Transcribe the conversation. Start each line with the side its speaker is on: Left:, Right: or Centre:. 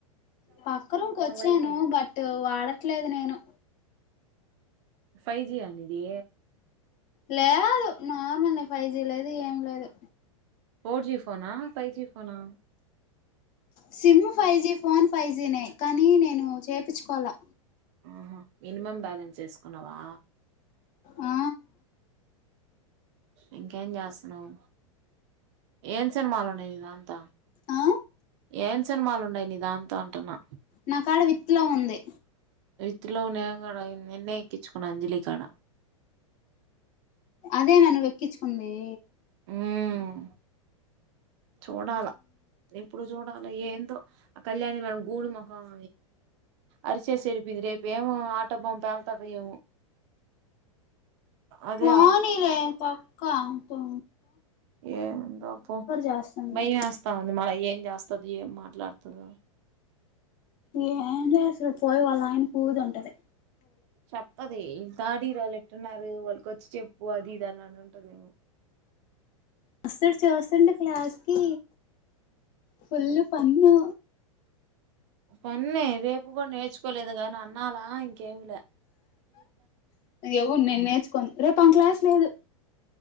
Left: పక్క రూంకి వచ్చాను
Right: వైఫై
Left: బట్ వాడ ట్లేదు నేను
Right: ఫైవ్ జి ఆ నీది
Left: లేదు నార్మలే ఫైవ్ జీ లే దు ఏం లేదు
Right: పోర్ జీ ఫోన్ ఆ ఫైవ్ జీ ఫోనా
Left: SIM five G phone five G నే కానీ నేను చేపించుకోవాలా
Right: ఆహా మినిమం బ్యాలెన్స్ చేసుకున్నావా
Left: ఆ
Right: ఇంకేం చేస్తున్నావ్ ఏన్ సినిమాలున్నాయి నిదాంత
Left: ఆ
Right: ఏం సినిమాలు ఉన్నాయి నీ దాంతో అంటున్నా
Left: నా కాడ విత్ లవ్ ఉంది
Right: విత్ లవ్ నెన్ కూడ నిన్నే ఎక్కించుకున్నా అంజలి కాడ
Left: అదేనా నువ్వెక్కిచు ఉందే
Right: ఉహ్మ్ చూడాల ఇప్పుడు చూడాలి ఏందో ఆ కళ్యాణి మనం గూడి మోఖం అరిచేసి వెళ్ళిపోయింది రేపు ఏమో ఆటమ్ బామ్ పెళ్తది ఏమో అదే
Left: పోనీలే తొక్క త
Right: ఏందోపో
Left: చేస్తుంది
Right: భయం ఎస్తా ఉంది మా ఏన్ జేస్తది ఏం మాట్లాడుతదో
Left: ఏం జేస్తది పోయి వాళ్ళ ఆయన పూదుంటది
Right: చెప్ ప్పది ఇల్ థర్డ్ ఇయర్ ఒళ్ళు ఎట్టూనారు వాళ్ళకి వచ్చి చెప్పు అది ఇది అని అని ఉంటదేమో
Left: వస్తడు చూస్తుండు క్లాస్ కి ఫుల్ ఫన్నూ
Right: పన్నే రేపు కూడా నేర్చుకోలేదు కానీ అన్నాలా ఇంకేంలే
Left: ఏమో నేను నేర్చుకోను రేపు మనకి క్లాస్ లేదు